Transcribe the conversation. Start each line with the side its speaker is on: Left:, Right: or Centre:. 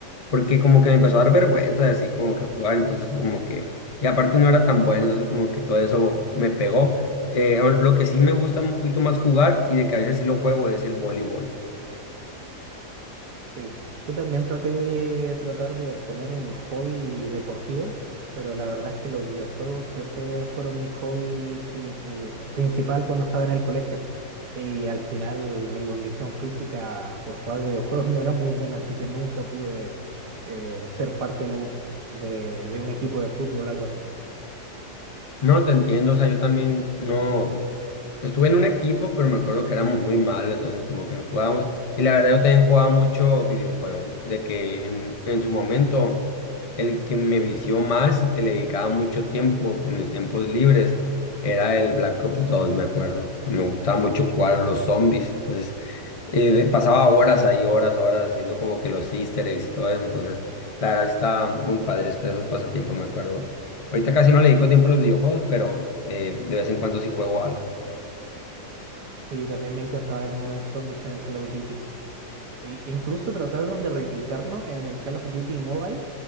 Left: porque como que me empezó a dar vergüenza de así como que jugar, entonces como que, y aparte no era tan bueno, entonces como que todo eso me pegó. Eh, lo que sí me gusta un poquito más jugar y de que a veces sí lo juego es el voleibol.
Right: Sí. Yo también traté de tratar de obtener un hobby deportivo, pero la verdad es que los videojuegos siempre fueron mi hobby pri- eh, principal cuando estaba en el colegio. Y al final mi condición física por jugar videojuegos <laughs> no era muy buena, así que nunca pude eh, ser parte de un, de, de un equipo de fútbol o algo así.
Left: No, te entiendo, o sea, yo también no estuve en un equipo, pero me acuerdo que éramos muy malos, entonces como que no jugábamos. Y la verdad yo también jugaba mucho videojuegos, de que en, en su momento el que me vició más y que le dedicaba mucho tiempo con mis tiempos libres era el Black Ops 2 me acuerdo. Me gustaba mucho jugar a los zombies, entonces eh, de- pasaba horas ahí, horas, horas haciendo como que los easter eggs y todo eso, entonces la verdad sí estaba muy padre esos pasatiempos, me acuerdo. Ahorita casi no le dedico tiempo a los videojuegos, pero eh, de vez en cuando sí juego algo.
Right: Y también me encantaba el modo de zombies en el Call of Duty. E- incluso trataron de replicarlo en el Call of Duty Mobile,